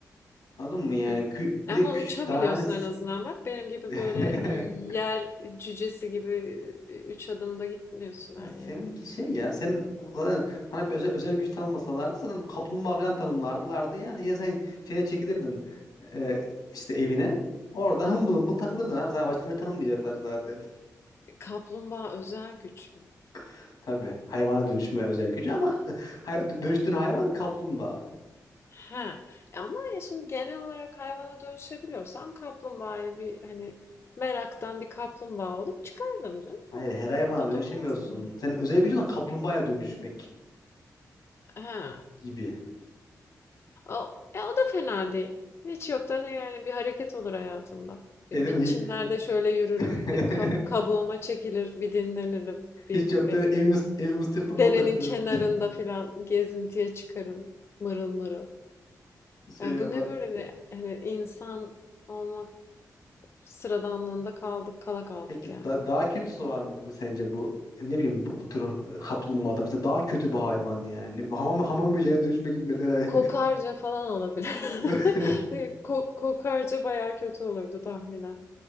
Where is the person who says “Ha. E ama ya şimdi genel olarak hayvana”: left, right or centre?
Left